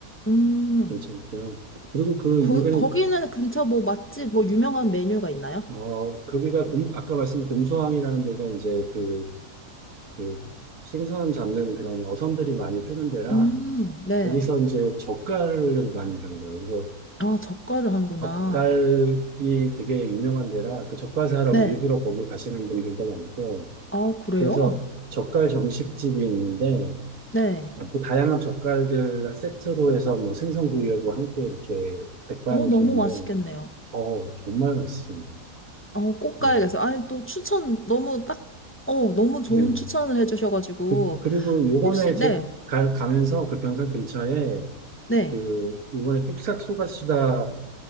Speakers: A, on the left; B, on the right.
A: 음,
B: 괜찮고요. 그리고 그
A: 거,
B: 인근에
A: 거기는 근처 뭐 맛집, 뭐 유명한 메뉴가 있나요?
B: 어, 거기가 공- 아까 말씀드린 곰소항이라는 데가 이제 그, 그 생선 잡는 그런 어선들이 많이 뜨는 데라
A: 음, 네.
B: 거기서 이제 젓갈을 많이 담는 거예요. 그래서
A: 아, 젓갈을 하는구나.
B: 젓갈이 되게 유명한 데라 그 젓갈사라고
A: 네.
B: 일부러 거기 가시는 분들도 많고
A: 아, 그래요?
B: 그래서 젓갈 정식집이 있는데
A: 네.
B: 또 다양한 젓갈들 세트로 해서 뭐 생선구이하고 함께 이렇게 백반을
A: 어, 너무
B: 주는데
A: 맛있겠네요.
B: 어 정말 맛있습니다.
A: 어, 꼭
B: 네.
A: 가야겠어요. 아니, 또 추천 너무 딱, 어, 너무 좋은
B: 네.
A: 추천을 해주셔가지고,
B: 그, 그리고 요번에
A: 혹시,
B: 제,
A: 네,
B: 가, 가면서 그 변산 근처에
A: 네.
B: 그 요번에 뚝싹 쏘가수다